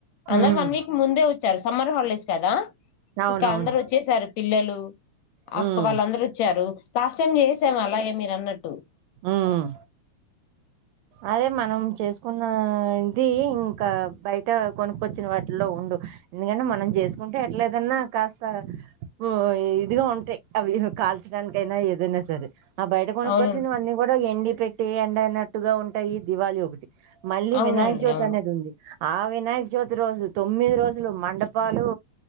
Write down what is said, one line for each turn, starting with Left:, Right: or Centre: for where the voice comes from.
Right: హ్మ్.
Left: అందరూ వన్ వీక్ ముందే వచ్చారు సమ్మర్ హాలిడేస్ అ
Right: అవునవును.
Left: ఇంకా అందరు వచ్చేసారు పిల్లలు
Right: హ్మ్.
Left: అక్క వాళ్ళందరూ వచ్చారు లాస్ట్ టైమ్ చేసాం అలాగే మీరు అన్నట్టు హు
Right: ఉమ్ అదే మనం చేసుకున్నాది ఇంకా బయట కొనుక్కొచ్చిన వాటిలో ఉండవ్ ఎందుకంటే మనం చేసుకుంటే ఎట్లేదన్నా కాస్త మ్ ఇదిగా ఉంటాయి అవి కాల్చడానికైనా ఏదైనా సరే ఆ బయట కొనుక్
Left: అవునండి
Right: చేసినవన్నీ కూడా ఎన్డి పెట్టి ఎండ అనట్టుగా ఉంటాయి దివాళి ఒకటి మళ్ళీ
Left: అవునండి
Right: వినాయక చవితి
Left: అవును
Right: అనేది ఉంది ఆ వినాయక చవితి రోజు తొమ్మిది రోజులు మండపాలు